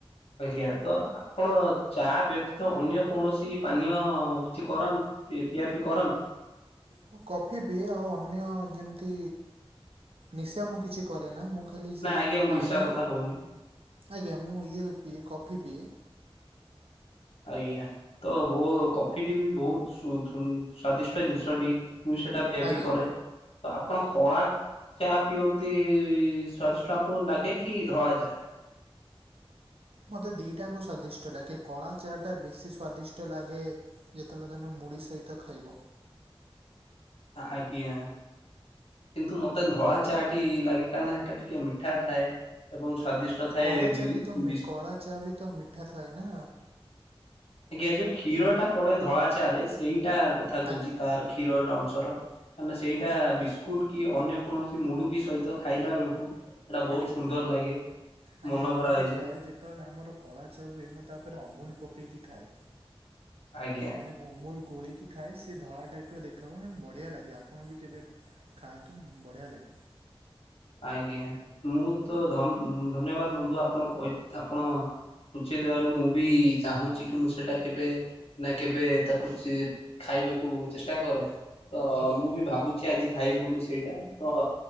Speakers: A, on the left (about 75°); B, on the right (about 75°).
A: ଆଜ୍ଞା। ତ ଆପଣ ଚା ବ୍ୟତୀତ ଅନ୍ୟ କୌଣସି ପାନୀୟ କିଛି କରନ୍? ପି ପିଆପିଇ କରନ୍?
B: ମୁଁ କଫି ପିଏ ଆଉ ଅନ୍ୟ ଯେ ତି ନିଶା ମୁଁ କିଛି କରେନା ମୁଁ ଖାଲି ସେ
A: ନା ଆଜ୍ଞା ମୁଁ
B: ପାଣି।
A: ନିଶା କଥା କହୁନି
B: ଆଜ୍ଞା ମୁଁ ଏଇଆ ପିଏ କଫି ପିଏ।
A: ଆଜ୍ଞା ତ ବ କଫି ଟି ବି ବହୁତ୍ ସୁ ସୁ ସ୍ଵାଦିଷ୍ଟ ଜିନିଷଟି। ମୁଁ ସେଟା ପିୟାପିଇ
B: ଆଜ୍ଞା
A: କରେ। ତ ଆପଣ କଳା ଚା ପିଅନ୍ତି ସ୍ଵାଦିଷ୍ଟ ଆପଣଙ୍କୁ ଲାଗେ କି ଧଳା ଚା? <inaudible>
B: ମତେ ଦିଟାଙ୍କ ସ୍ଵାଦିଷ୍ଟ ଲାଗେ କଳା ଚା ଟା ବେଶି ସ୍ଵାଦିଷ୍ଟ ଲାଗେ। ଯେତବଳେ ତମେ ମୁଢି ସହିତ ଖାଇବ।
A: ଆ ଆଜ୍ଞା। କିନ୍ତୁ ମତେ ଧଳା ଚା ଟି ଲାଗେ କାହିଁ ନା ହେଟା ଟିକେ ମିଠା ଥାଏ। ଏବଂ ସ୍ଵାଦିଷ୍ଟ ଥାଏ
B: କଳା ଚା
A: ବି
B: ତ ମି
A: ବିଶ୍
B: କଳା ଚା ବି ତ ମିଠା ଥାଏ ନା।
A: ଆଜ୍ଞା ଯୋଉ କ୍ଷୀର ଟା ପଡେ ଧଳା ଚା ରେ ସେଇଟା କଥା କହୁଛି
B: ଆଜ୍ଞା
A: ତାର କ୍ଷୀରର ଅଂଶର କା ନା ସେଇଟା ବିସ୍କୁଟ
B: ଆଜ୍ଞା
A: କି ଅନ୍ୟ କୌଣସି ମୁଡୁ କିି ସହିତ ଖାଇଲା ବେଳକୁ ସେଟା ବହୁତ
B: ଆଜ୍ଞା
A: ସୁନ୍ଦର ଲାଗେ
B: ଆଜ୍ଞା
A: ମନ
B: ମୁଁ
A: ଭରା
B: ବି
A: ହେଇଯାଇ।
B: ଖାଏ ଯେତେବେଳେ ଆମର କଳା ଚା ହୁଏ ମୁଁ ତାପରେ ଅମୁଲ ପକେଇକି ଖାଏ।
A: ଆଜ୍ଞା।
B: ମାନେ ଅମୁଲ ଗୋଳେଇକି ଖାଏ ସେ ଧଳା ଟାଇପ୍ କର ଦେଖାବ ବଢ଼ିଆ ଲାଗେ ଆପଣ ବି କେବେ ଖାଆନ୍ତୁ ବଢ଼ିଆ ଲାଗେ।
A: ଆଜ୍ଞା ମୁଁ ତ ଧନ ଧନ୍ୟବାଦ ବନ୍ଧୁ ଆପଣ କହିତ ଆପଣ ସୂଚେଇ ଦେବାରୁ ମୁଁ ବି ଚାହୁଁଛି କି ମୁଁ ସେଇଟା କେବେ ନା କେବେ ତାକୁ ଖାଇବାକୁ ଚେଷ୍ଟା କରେ ତ
B: ଆଜ୍ଞା।
A: ମୁଁ ବି ଭାବୁଛି। କି ଆଜି ଖାଇବି ବୋଲି ସେଇଟା ତ